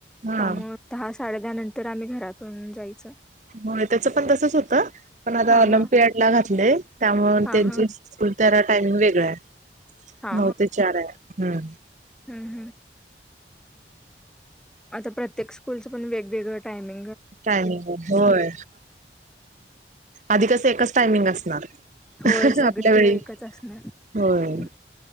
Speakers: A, on the right; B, in the centre.
A: हा
B: त्यामुळे दहा साडे दहा नंतर तर आम्ही घरातून जायचं.
A: हो त्याच पण तसच होतं पण आता
B: हा
A: ऑलिम्पियड
B: हा
A: ला घातलंय. त्यामुळे
B: हा
A: त्यांची
B: हा
A: स्कूल त्यारा टाइमिंग वेगळ आहे.
B: हा
A: नऊ ते चार हम्म
B: हम् हम् आता प्रत्येक स्कूलचं पण वेगवेगळं टाइमिंग
A: टायमिंग होय आधी कस एकच टायमिंग असणार.
B: होय, सगळीकडे
A: आपल्या वेळी
B: एकच असणार
A: होय